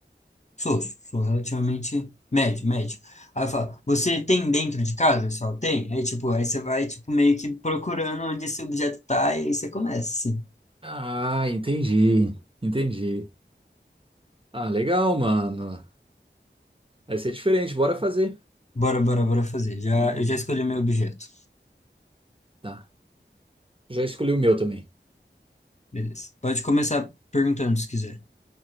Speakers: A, on the left; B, on the right.
A: Sou, sou relativamente médio, médio. Aí eu falo, você tem dentro de casa? Só tem? Aí, tipo, aí você vai, tipo, meio que procurando onde esse objeto tá, e aí você começa, assim.
B: Ah, entendi, entendi. Ah, legal, mano. Vai ser diferente, bora fazer.
A: Bora, bora, bora fazer. Já,
B: Mano,
A: eu já escolhi meu objeto.
B: tá. Já escolhi o meu também.
A: Beleza. Pode começar perguntando se quiser.